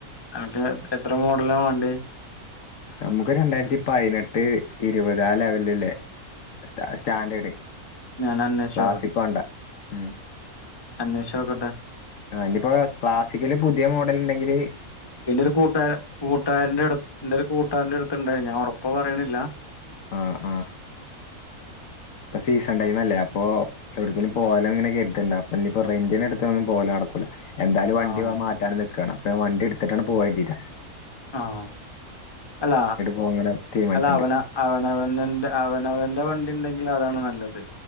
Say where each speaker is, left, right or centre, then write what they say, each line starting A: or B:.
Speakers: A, on the left; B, on the left.
A: അത് എത്ര മോഡല വാണ്ടേ
B: നമുക്ക് രണ്ടായിരത്തി പൈനെട്ട് ഇരുവത് ആ ലെവലിലുള്ള സ്റ്റ സ്റ്റാൻഡേർഡ്
A: ഞാൻ അന്വേഷിച്ച്
B: ക്ലാസിക് വാണ്ട ഉം
A: അന്വേഷോക്കട്ടെ
B: ആ ഇഞ്ഞ്‌പ്പോ ക്ലാസ്സിക്കല് പുതിയ മോഡല് ഇണ്ടെങ്കില്
A: ൻ്റെ ഒരു കൂട്ടരൻ കൂട്ടാരന്റെ അടുത്ത് എന്റെ ഒരു കൂട്ടാരന്റെ അടുത്ത്ണ്ടെ ഞാൻ ഒറപ്പ് പറയണില്ല
B: ആഹ് ആഹ് ഇപ്പൊ സീസൺ ടൈം അല്ലേ അപ്പൊ എവ്ടെക്കേലും പോവാലോ ഇങ്ങനെ കര്ത്ണ്ട്. അപ്പൊ ഇഞ്ഞ്‌പ്പൊ റെൻ്റിന് എടുത്തൊന്നും പോലട്ക്കൂല. എന്തായാലും വണ്ടി
A: ആഹ്
B: മാറ്റാൻ നിക്കാണ്. അപ്പൊ വണ്ടി ഇട്ത്തിട്ടാണ്ട് പോവര്തീട്ടാ
A: ആഹ് അല്ല
B: പോവാൻ ഇങ്ങനെ തീരുമാനിച്ചിട്ടുണ്ട്
A: അല്ല അവന അവനവനന്റെ അവനവന്റെ വണ്ടി ഇണ്ടെങ്കില് അതാണ് നല്ലത്.